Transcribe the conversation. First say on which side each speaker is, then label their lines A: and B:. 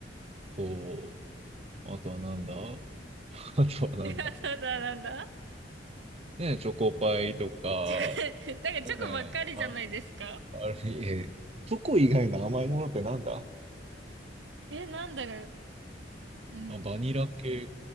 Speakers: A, on the right (about 35°); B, on the right (about 80°).
A: そう。あとはなんだ <laughs> あとはなんだ
B: いや、ただなんだ
A: ねえ、チョコパイとか、
B: チョコ、<laughs> だからチョコばっかりじゃないですか
A: ねえ、あ、あれ、え、チョコ以外の甘いものってなんだ
B: え、なんだろう。うん。
A: あ、バニラ系